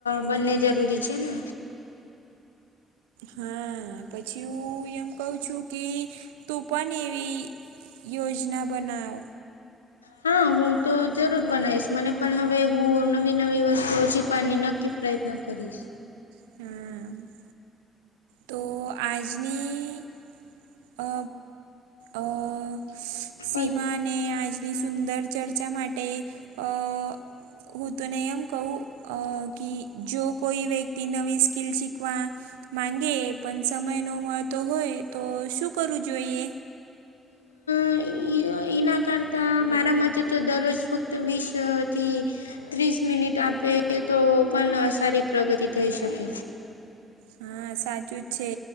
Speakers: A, on the left; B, on the right.
A: બંને જરૂરી છે ને
B: હા પછી હું એમ કઉ છું કે તું પણ એવી યોજના બનાવ
A: હા હું તો જરૂર બનાવીશ મને પણ હવે હું નવી નવી વસ્તુઓ શીખવાની નક્કી પ્રયત્ન. કરીશ
B: હા તો આજની અ અ સીમા
A: ઓય
B: અને આજની સુંદર ચર્ચા માટે અ હું તને એમ કવું અ કે જો કોઈ વ્યક્તિ નવી સ્કિલ શીખવા માંગે. પણ સમય ન મળતો હોય તો શું કરવું જોઈએ?
A: <unintelligible> ઈના કરતા મારા મતે તો દરરોજ ફક્ત વીસથી ત્રીસ મિનિટ આપે તો પણ સારી પ્રગતિ થઈ શકે
B: હા સાચું જ છે